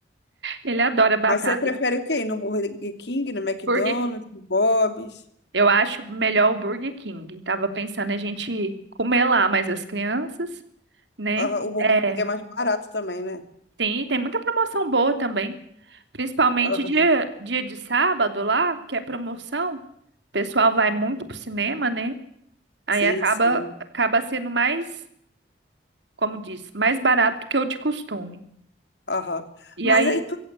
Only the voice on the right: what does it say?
Ele adora batata.
Porque
Eu acho melhor o Burger King. Tava pensando a gente comer lá, mas as crianças, né?
É,
tem, tem muita promoção boa também. Principalmente
dia, dia de sábado lá, que é promoção. O pessoal vai muito pro cinema, né? Aí
acaba,
acaba sendo mais, como diz, mais barato do que o de costume.
E
aí.